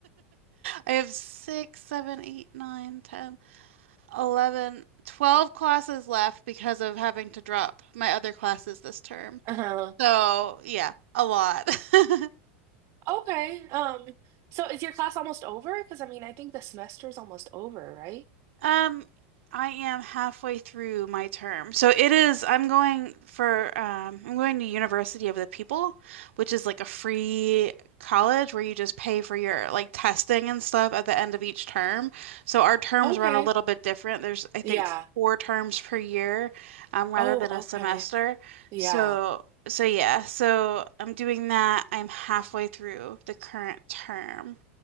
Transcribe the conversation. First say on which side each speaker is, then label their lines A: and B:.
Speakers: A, on the right (about 80°); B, on the right (about 45°).
A: I have six, seven, eight, nine, ten. 11, 12 classes left because of having to drop my other classes this term.
B: Uh-huh.
A: So, yeah, a lot. <laughs>
B: Okay. Um, so is your class almost over? Because I mean, I think the semester is almost over, right?
A: Um, I am halfway through my term. So it is, I'm going for, um, I'm going to University of the People, which is like a free college where you just pay for your like testing and stuff at the end of each term. So our terms
B: Okay.
A: run a little bit different. There's, I think,
B: Yeah.
A: four terms per year, um, rather
B: Oh,
A: than a
B: okay.
A: semester.
B: Yeah.
A: So, so yeah, so I'm doing that. I'm halfway through the current term.